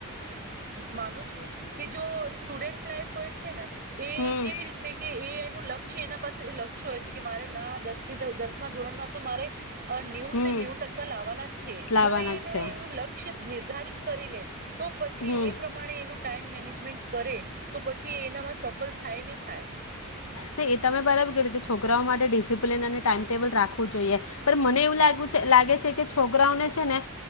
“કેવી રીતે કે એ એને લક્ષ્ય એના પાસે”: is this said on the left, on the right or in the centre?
Right